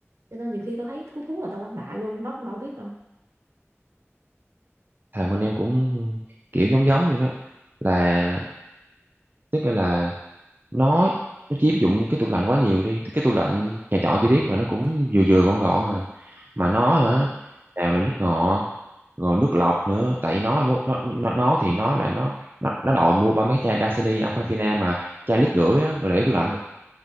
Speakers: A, on the right; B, on the right.
A: cho nên nhiều khi tao thấy thú thú là tao quăng đại luôn nó cũng đâu biết đâu
B: thằng bên em cũng kiểu giống giống vậy đó là tức là nó nó chiếm dụng cái tủ lạnh quá nhiều đi cái tủ lạnh nhà trọ chị biết mà nó cũng vừa vừa gọn gọn à mà nó hả
A: Ừ.
B: nào là nước ngọt rồi nước lọc nữa tại nó nó nó nó, nó thì nó là nó nó nó đòi mua ba mấy chai Dasani Aquafina mà chai lít rưỡi đó rồi để tủ lạnh